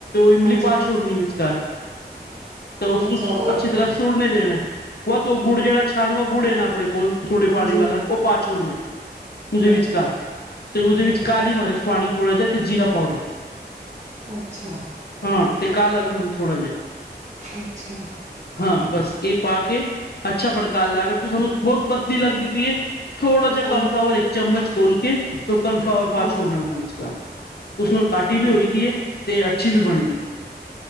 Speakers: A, on the left (about 65°); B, on the right (about 40°).
A: ਇਮਲੀ
B: ਹਾਂਜੀ
A: ਪਾ ਕੇ ਵਿਚਕਾਰ ਤਾਂ ਉਸਨੂੰ
B: ਅੱਛਾ ਉਹ
A: ਅੱਛੀ ਤਰ੍ਹਾਂ ਸੁੜ ਨਹੀਂ ਦੇਣਾ। ਉਹ ਤੋ ਗੁੜ ਜਿਹੜਾ ਛਾਨਵ ਗੁੜ ਹੈ ਨਾ ਆਪਣੇ ਕੋਲ, ਥੋੜੇ
B: ਹਾਂਜੀ
A: ਪਾਣੀ ਵਾਲਾ ਉਹ ਪਾਛੋੜ ਨੇ ਉਹਦੇ
B: ਅੱਛਾ
A: ਵਿਚਕਾਰ ਤੇ ਉਸਦੇ ਵਿੱਚ
B: ਅੱਛਾ
A: ਕਾਲੀ ਮਰਚ ਪਾਣੀ ਥੋੜ੍ਹਾ ਜਿਹਾ ਤੇ ਜੀਰਾ ਪਾਊਡਰ
B: ਅੱਛਾ
A: ਹਾਂ ਤੇ ਕਾਲਾ ਲੂਣ ਥੋੜਾ ਜਿਹਾ
B: ਅੱਛਾ
A: ਹਾਂ ਬਸ ਇਹ ਪਾ ਕੇ ਅੱਛਾ ਭੜਕਾ ਲਿਆ, ਅਗਰ ਤੂੰ ਸਾਨੂੰ ਬਹੁਤ ਪਤਲੀ ਲਗਦੀ ਪਈ ਹੈ, ਥੋੜਾ ਜ
B: ਹਾਂ
A: ਕੋਨਫਲਾਵਰ ਇੱਕ ਚਮਚ ਘੋਲ ਕੇ ਤ ਕਨਫਲਾਵਰ
B: ਹਾਂ
A: ਪਾ ਛੋੜਨਾ ਹੋਊ, ਉਸ ਉਸਨੂੰ ਕਾਟੀ
B: ਹਾਂ
A: ਵੀ ਹੋਈ ਦੀ ਹੈ ਤੇ ਅੱਛੀ ਵੀ
B: ਹਾਂ
A: ਬਣਦੀ ਹੈ।